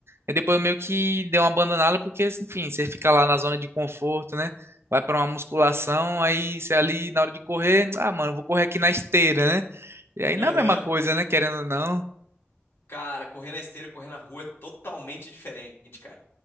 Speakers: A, on the right; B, on the left.
A: E depois eu meio que dei uma abandonada, porque, enfim, você fica lá na zona de conforto, né? Vai pra uma musculação, aí você ali na hora de correr, ah, mano, vou correr aqui na esteira, né? E aí não
B: Aham.
A: é a mesma coisa, né? Querendo ou não.
B: Cara, correr na esteira e correr na rua é totalmente diferente, cara.